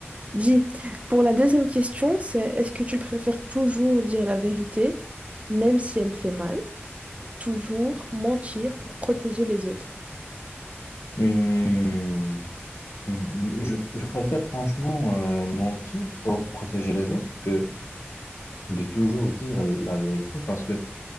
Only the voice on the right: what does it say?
Dis, pour la deuxième question, c'est est-ce que tu préfères toujours dire la vérité, même si elle fait mal, toujours mentir pour protéger les autres?